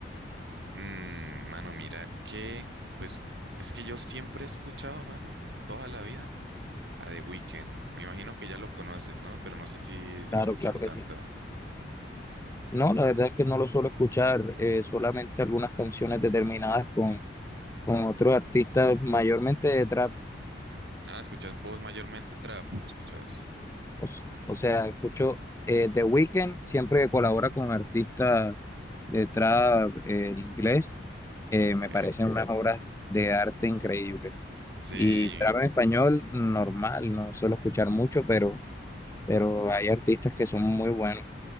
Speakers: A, on the right (about 70°); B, on the left (about 15°).
A: Mm, mano, mira que, pues, es que yo siempre he escuchado, mano, toda la vida a The Weeknd. Me imagino que ya lo conoces, ¿no? Pero no sé si lo
B: Claro,
A: escuchas
B: claro que
A: tanto.
B: sí. No, la verdad es que no lo suelo escuchar, eh, solamente algunas canciones determinadas con, con otros artistas, mayormente de trap.
A: Ah, escuchas vos mayormente trap, escuchas.
B: O, s- o sea, escucho eh, The Weeknd siempre que colabora con artistas de trap eh, en inglés, eh,
A: Ok.
B: me parecen unas Ok. obras de arte increíbles.
A: Sí,
B: Y trap en Sí. español, normal, no suelo escuchar mucho, pero, pero hay artistas que son muy buenos.